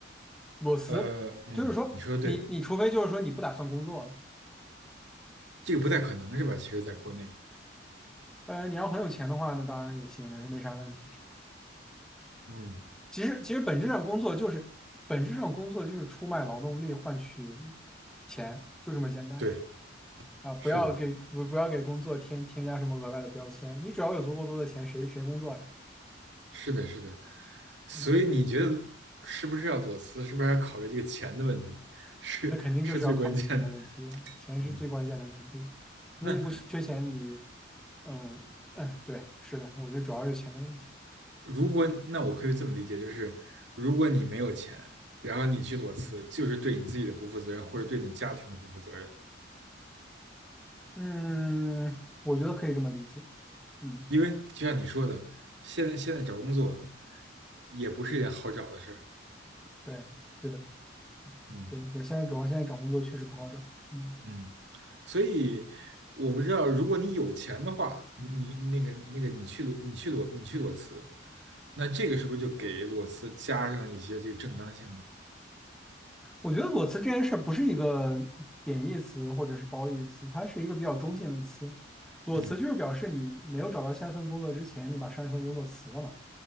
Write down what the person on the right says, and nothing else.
呃，嗯，你说的对。这个不太可能是吧？其实在国内，
嗯，
对，
是的，
是的，是的。所以你觉得是不是要裸辞？
是不是还要考虑这个钱的问题？是是最关键的。
嗯，
那
如果那我可以这么理解，就是如果你没有钱，然后你去裸辞，就是对你自己的不负责任，或者对你家庭的不负责任。
因为就像你说的，现在现在找工作也不是一件好找的事儿。
嗯，
嗯，所以我不知道，如果你有钱的话，你你那个那个你去裸你去裸你去裸辞，那这个是不是就给裸辞加上一些这个正当性呢？
嗯，